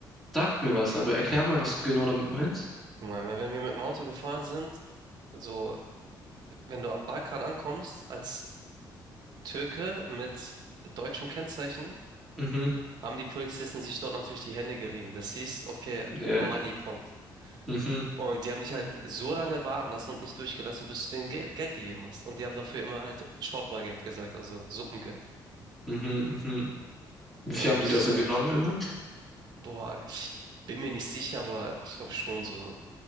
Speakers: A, in the centre; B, on the right.
A: Sag mir was, aber erklär mal, was du genau damit meinst.
B: Guck mal, wenn wir mit dem Auto gefahren sind, so, wenn du am Balkan ankommst, als Türke mit deutschem Kennzeichen,
A: Mhm.
B: haben die Polizisten sich dort natürlich die Hände gerieben. Das hieß, okay,
A: Ja.
B: Money kommt.
A: Mhm.
B: Und die haben dich halt so lange warten lassen und nicht durchgelassen, bis du denen Gel Geld gegeben hast. Und die haben dafür immer halt Çorba-Geld gesagt, also Suppengeld.
A: Mhm. Mhm. Wie
B: Und
A: viel
B: dann
A: haben
B: musstest
A: die da so
B: du halt,
A: genommen immer?
B: boah, ich bin mir nicht sicher, aber ich glaube schon so